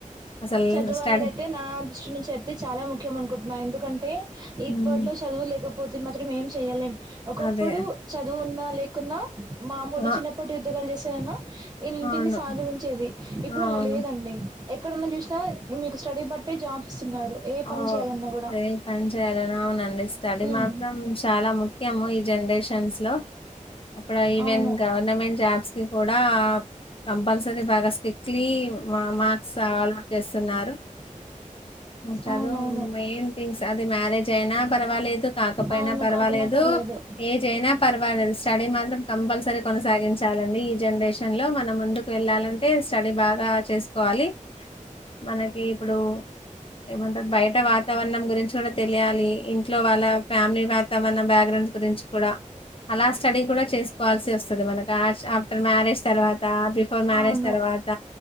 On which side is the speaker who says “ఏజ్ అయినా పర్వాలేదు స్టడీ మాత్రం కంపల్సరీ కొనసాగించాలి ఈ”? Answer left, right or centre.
Left